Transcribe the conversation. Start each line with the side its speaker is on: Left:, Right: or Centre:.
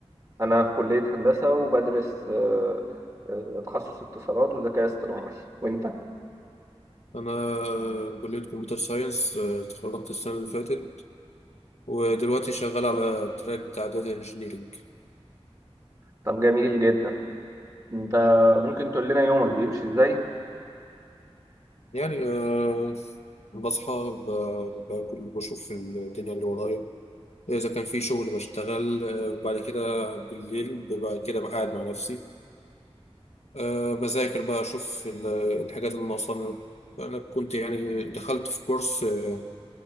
Right: في كليه هندسه وبدرس آه، آه، تخصص اتصالات وذكاء اصطناعي وانت
Left: انا كلية كمبيوتر ساينس آه، اتخرجت السنة اللي فاتت ودلوقتي شغال على التراك بتاع داتا انجينيرنج
Right: طب جميل جدا انت ممكن تقول لنا يومك بيمشي ازاي
Left: يعني أه بصحى ب- باكل بشوف في الدنيا اللي ورايا اذا كان في شغل بشتغل آه، وبعد كده بالليل ببقى كده قاعد مع نفسي أه بذاكر بقى اشوف ال- الحاجات اللي ناقصاني انا كنت يعني دخلت في كورس آه،